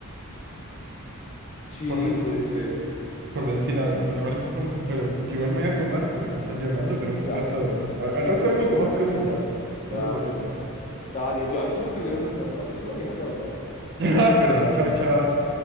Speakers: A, on the left; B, on the right.
A: Sí,
B: Por, dec-
A: puede ser.
B: por decir algo, ¿no? Igual escojo a las mujeres.
A: Eso,
B: Igual me voy a comer porque me están llamando, pero fue
A: claro,
B: un placer, bro. Al, al rato vengo con más preguntas.
A: dale,
B: No te preocupes.
A: dale. Dale, yo- a mí se me ocurrieron unas, a la próxima me dejas hablar.
B: <laughs> Perdón, chao, chao.